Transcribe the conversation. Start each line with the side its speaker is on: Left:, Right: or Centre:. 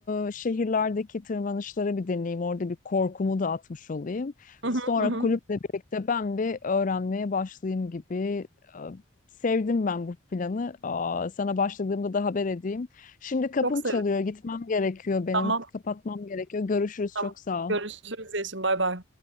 Left: e, şehirlerdeki tırmanışları bir deneyeyim. Orada bir korkumu da atmış olayım.
Right: Hı
Left: Sonra
Right: hı, hı hı.
Left: kulüple birlikte ben bir öğrenmeye başlayayım gibi. e, Sevdim ben bu planı. Aa, sana başladığımda da haber edeyim. Şimdi kapım
Right: Çok sevindim.
Left: çalıyor, gitmem gerekiyor benim.
Right: Tamam,
Left: Kapatmam gerekiyor. Görüşürüz,
Right: tamam.
Left: çok sağ ol.
Right: Görüşürüz Yeşim. Bay bay.